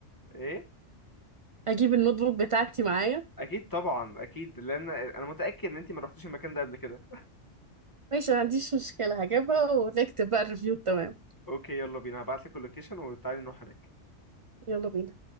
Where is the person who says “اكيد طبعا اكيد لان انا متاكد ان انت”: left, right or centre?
Left